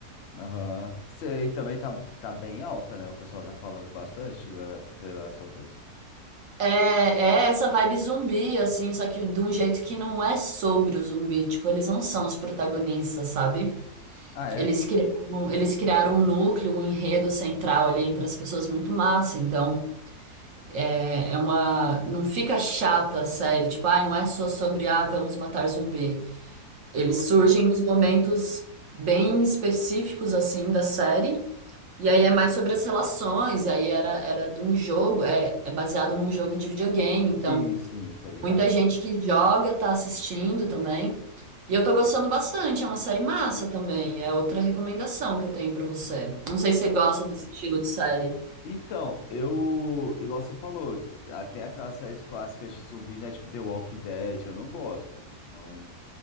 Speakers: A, on the left; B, on the right.
A: Aham. Sei, também tá, tá bem alta, né? O pessoal tá falando bastante de La- The Last of Us.
B: É, é essa vibe zumbi, assim, só que de um jeito que não é sobre o zumbi. Tipo, eles não são os protagonistas, sabe?
A: Ah, é?
B: Eles criaram, eles criaram um núcleo, um enredo central ali entre as pessoas muito massa. Então, é, é uma. Não fica chata a série, tipo, ai, não é só sobre, ah, vamos matar zumbi. Eles
A: Igual.
B: surgem nos momentos bem específicos, assim, da série. E aí é mais sobre as relações. E aí era, era de um jogo, é, é baseado num jogo de videogame. Então,
A: Sim, sim, tô ligado.
B: muita gente que joga tá assistindo também. E eu tô gostando bastante. É uma série massa também. É outra recomendação que eu tenho pra você. Não sei se você gosta desse estilo de série.
A: Então, eu, igual você falou, até aquelas séries clássicas de zumbi, né? Tipo The Walking Dead, eu não gosto. Não,